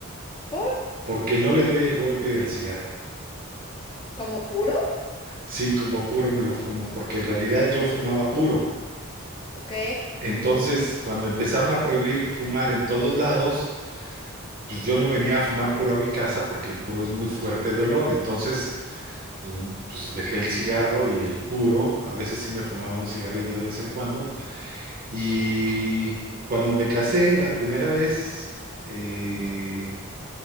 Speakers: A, on the left; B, on the right.
A: ¿Por?
B: porque no le doy el golpe al cigarro.
A: ¿Como puro?
B: Sí, como puro me lo fumo, porque en realidad yo fumaba puro.
A: Ok.
B: Entonces, cuando empezaron a prohibir fumar en todos lados, pues yo no venía a fumar puro a mi casa porque el puro es muy fuerte de olor. Entonces, pues, pues dejé el cigarro y el puro. A veces sí me fumaba un cigarrillo de vez en cuando. Y cuando me casé la primera vez, eh,